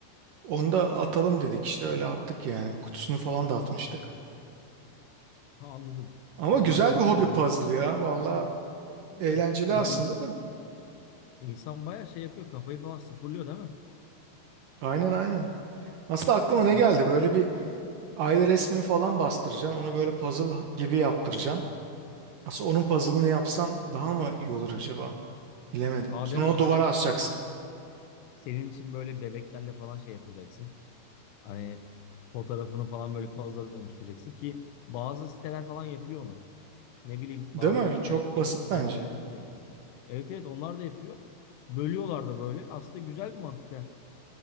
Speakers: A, on the right; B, on the left.
A: Onu da atalım dedik işte öyle attık yani. Kutusunu falan da atmıştık.
B: Ha anladım.
A: Ama
B: Valla
A: güzel
B: keşke
A: bir hobi
B: devam
A: puzzle
B: etseydin.
A: ya. Valla
B: Tabii tabii.
A: eğlenceli
B: Ya
A: aslında
B: insan
A: da.
B: insan bayağı şey yapıyor. Kafayı falan sıfırlıyor değil mi?
A: Aynen aynen. Aslında aklıma ne
B: Mesela
A: geldi böyle bir Aile resmini falan bastıracaksın. Onu böyle puzzle gibi yaptıracaksın. Aslında onun puzzle'ını yapsan daha mı iyi olur acaba? Bilemedim.
B: Adem
A: Sonra onu
B: mesela
A: duvara asacaksın.
B: senin için böyle bebeklerle falan şey yapacaksın. Hani fotoğrafını falan böyle puzzle'a dönüştüreceksin ki bazı siteler falan yapıyor onu. Ne bileyim
A: Değil
B: bazı
A: mi?
B: işte
A: Çok
B: e-ticaret
A: basit bence.
B: siteleri de yapıyor. Evet evet onlar da yapıyor. Bölüyorlar da böyle. Aslında güzel bir mantık ha.